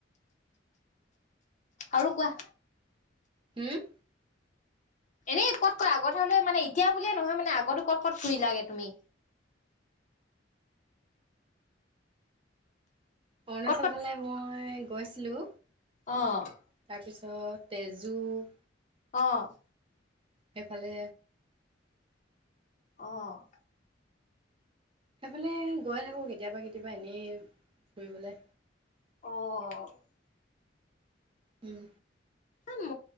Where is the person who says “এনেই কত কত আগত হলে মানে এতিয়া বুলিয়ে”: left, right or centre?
Left